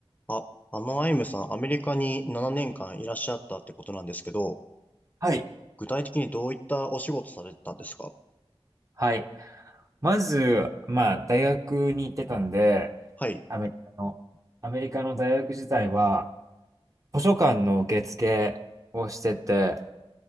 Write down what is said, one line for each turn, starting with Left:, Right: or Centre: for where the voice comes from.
Left: あ、あのアイムさん、アメリカに7年間いらっしゃったってことなんですけど、
Right: はい。
Left: 具体的にどういったお仕事されてたんですか
Right: はい。まず、まあ、大学に行ってたんで、
Left: はい。
Right: アメリカの、アメリカの大学自体は、図書館の受付をしてて、